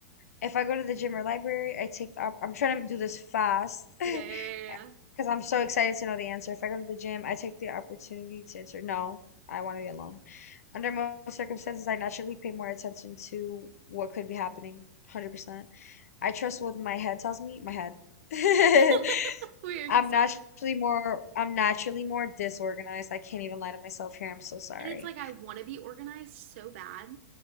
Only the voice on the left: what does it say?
If I go to the gym or library, I take the, opp- I'm trying to do this fast <laughs> because
I'm so excited to know the answer. If I go to the gym, I take the opportunity to answer. No, I want to be alone. Under most circumstances, I naturally pay more attention to what could be happening. 100%. I trust what my head tells me, my head. <laughs>
I'm
naturally
more I'm naturally more disorganized. I can't even lie to myself here. I'm so sorry.